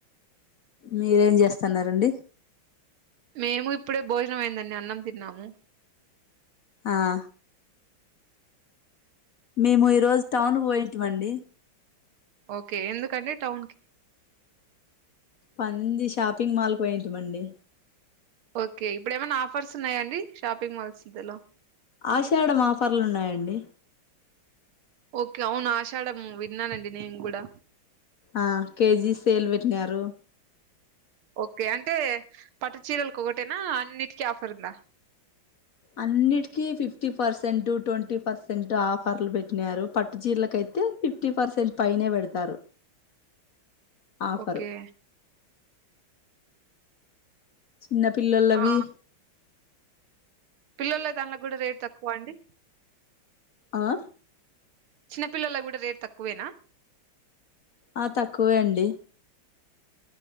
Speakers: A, on the left; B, on the right.
A: మీరేం చేస్తున్నరన్
B: మేము ఇప్పుడే భోజనం అయిందన్డి అన్నం తిన్నాము
A: ఆఁ మేము ఈ రోజు టౌన్ పోయింటిమండి
B: ఓకే ఎందుకండి టౌన్ కి
A: పంది షాపింగ్ మాల్ కు పోయింటిమండి
B: ఓకే ఇప్పుడు ఏమైనా ఆఫర్స్ ఉన్నయా అండి షాపింగ్ మాల్స్ దెలో
A: ఆషాడం ఆఫర్లు ఉన్నాయండి
B: ఓకే అవును ఆషాఢము విన్నానండి నేను గూడా
A: ఆ కేజీ సేలు వెట్నారు
B: ఓకే అంటే పెట్టు చీరలకు ఒకటేనా, అన్నిటికీ ఆఫర్ ఉందా?
A: అన్నిటికీ ఫిఫ్టీ పర్సెంట్ టొంటీ పర్సెంట్ ఆఫర్లు పెట్టినారు పట్టు చీరలకైతే ఫిఫ్టీ పర్సెంట్ పైనే పెడతారు ఆఫరు
B: ఓకే
A: చిన్న పిల్లలవి
B: ఆ పిల్లోల దాండ్లకు కూడ రేట్ తక్కువా అండి
A: ఆఁ
B: చిన్న పిల్లలకు కూడ రేట్ తక్కువేనా?
A: ఆ తక్కువే అండి